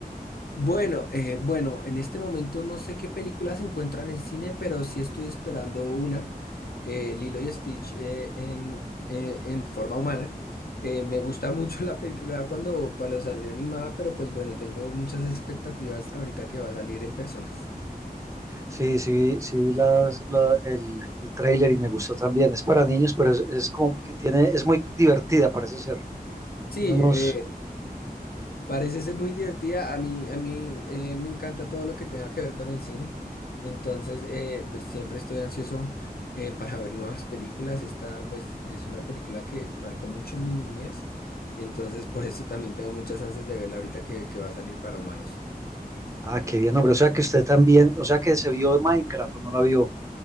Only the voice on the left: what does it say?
Bueno, eh, bueno, en este momento no sé qué películas se encuentran en cine, pero sí estoy esperando una, eh, Lilo y Stitch eh, en, eh, en forma humana. Eh, me gusta <laughs> mucho la película cuando, cuando salió animada, pero pues bueno, tengo muchas expectativas ahorita que va a salir en personas.
Sí,
eh, Parece ser muy divertida. A mí, a mí eh, me encanta todo lo que tenga que ver con el cine. Entonces, eh, pues siempre estoy ansioso eh, para ver nuevas películas. Esta, pues, es una película que marcó mucho mi niñez. Entonces, por eso también tengo muchas ansias de verla ahorita que, que va a salir para humanos.